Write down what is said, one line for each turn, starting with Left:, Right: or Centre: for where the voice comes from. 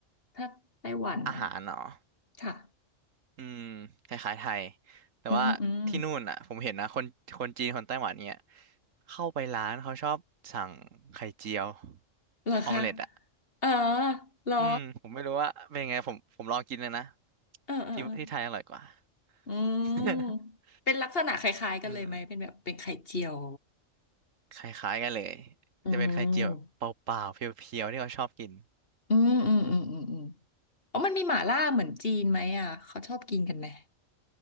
Left: ถ้าไต้หวันเนี่ย
Right: อาหารเนาะ
Left: ค่ะ
Right: อืมคล้ายๆไทยแต่ว่าที่นู่นอ่ะผมเห็นนะคนคนจีนคนไต้หวันเนี่ย
Left: อืมอืม
Right: เข้าไปร้านเขาชอบสั่งไข่เจียว
Left: เหรอคะ
Right: ออมเล็ตอ่ะ
Left: เออเหรอ
Right: อืมผมไม่รู้ว่าเป็นไงผมผมลองกินเลยนะ
Left: เออเออเออ
Right: ที่ที่ไทยอร่อยกว่า
Left: อืมเป็นลักษณะคล้ายๆกันเลยไหมเป็นแบบเป็นไข่เจียว
Right: <laughs> อืม คล้ายๆกันเลย
Left: อืม
Right: จะเป็นไข่เจียวแบบเปล่าๆเพียวๆที่เขาชอบกิน
Left: อืมอืมอืมอืมอืมอ๋อมันมีหม่าล่าเหมือนจีนไหมอ่ะเขาชอบกินกันไหม